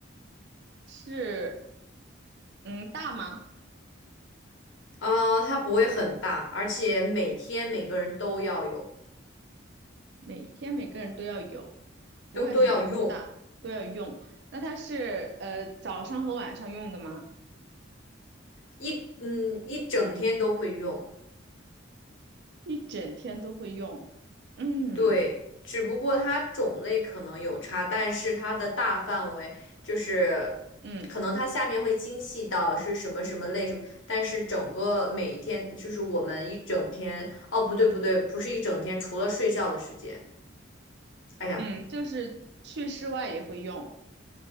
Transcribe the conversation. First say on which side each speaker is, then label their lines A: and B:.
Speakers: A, on the right (about 60°); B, on the left (about 70°).
A: 是，嗯，大吗？
B: 呃，它不会很大，而且每天每个人都要有。
A: 每天每个人都要有，不会很大，
B: 都都要用，
A: 都要用。那它是呃早上和晚上用的吗？
B: 一嗯一整天都会用。
A: 一整天都会用。嗯
B: 对，只不过它种类可能有差，但是它的大范围就是，
A: 嗯
B: 可能它下面会精细到是什么什么类什么，但是整个每一天就是我们一整天，哦不对不对，不是一整天，除了睡觉的时间。哎呀，
A: 嗯，就是去室外也会用，